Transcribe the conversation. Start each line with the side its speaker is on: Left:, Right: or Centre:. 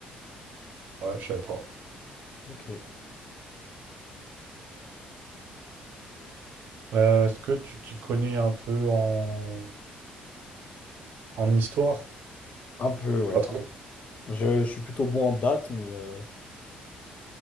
Right: ouais, je savais pas.
Left: Ok.
Right: Euh, est-ce que tu t'y connais un peu en, en histoire?
Left: Un peu, ouais.
Right: Pas trop.
Left: Je, je suis plutôt bon en date, mais euh,